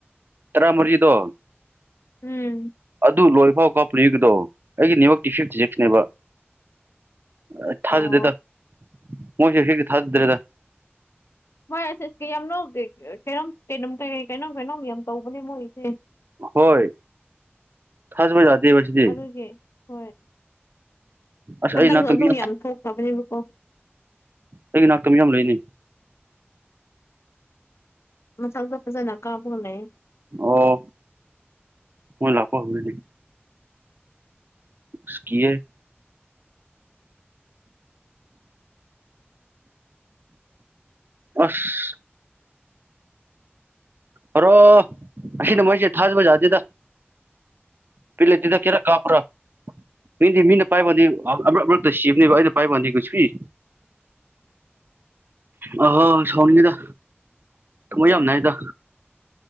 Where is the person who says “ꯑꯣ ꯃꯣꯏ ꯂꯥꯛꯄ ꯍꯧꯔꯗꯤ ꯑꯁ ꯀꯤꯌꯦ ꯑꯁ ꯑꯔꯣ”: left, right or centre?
Right